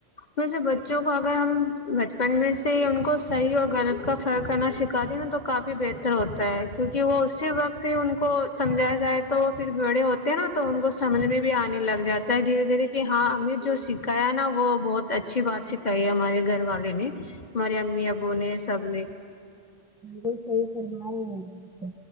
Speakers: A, on the left (about 45°); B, in the centre.
A: ویسے بچوں کو اگر ہم بچپن میں سے ان کو صحیح اور غلط کا فر کرنا سکھات د نا تو کافی بہتر ہوتا ہے کیونکہ وہ اسی وقت ہی ان کو سمجھایا جائے تو وہ پھر بڑے ہوتے ہیں نا تو ان کو سمجھ میں بھی آنے لگ جاتا ہے دھیرے دھیرے کہ ہاں ایں جو سکھایا نا وہ بہت اچھی بات سکھائی ہمارے گھر والے نے ہماری امی ابو نے سب نے
B: صحیح فرما رہے ہیں